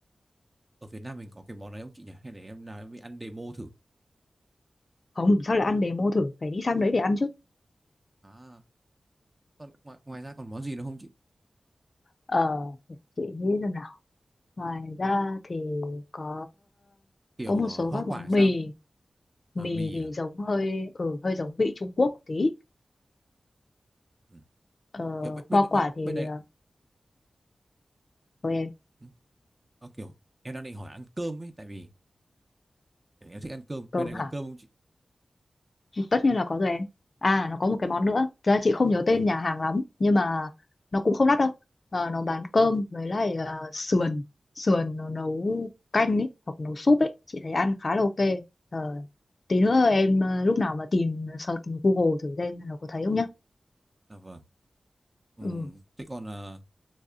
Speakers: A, on the right; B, on the left.
A: ở Việt Nam mình có cái món đấy không chị nhỉ? Hay để em nào em đi ăn demo thử.
B: không sao lại ăn demo thử phải đi sang đấy để ăn chứ
A: À, còn ngoài ngoài ra còn món gì nữa không chị?
B: Ờ, chị nghĩ rằng là ngoài ra thì có
A: Kiểu
B: có một
A: ờ,
B: số
A: hoa
B: các
A: quả
B: món
A: sao?
B: mì
A: À
B: mì
A: mì
B: thì
A: à?
B: giống hơi ừ, hơi giống vị Trung Quốc một tí
A: Ừ.
B: ờ,
A: Kiểu bên bên
B: hoa quả
A: bên,
B: thì
A: bên đấy
B: ờ, thôi em
A: ừ. Ờ, kiểu em đang định hỏi ăn cơm ấy tại vì kiểu em thích ăn cơm.
B: cơm
A: Bên đấy
B: hả
A: có cơm không chị?
B: tất nhiên là có rồi em à nó có một cái món nữa Thật ra chị không nhớ tên
A: À,
B: nhà hàng lắm nhưng mà nó cũng không đắt đâu Ờ, nó bán cơm với lại ờ, sườn sườn nó nấu canh ấy hoặc nấu súp ấy chị thấy ăn khá là ok Ờ, tí nữa em ờ, lúc nào mà tìm search Google thử xem nó có thấy không nhá
A: dạ vâng. Ừ.
B: ừ.
A: Thế còn ờ,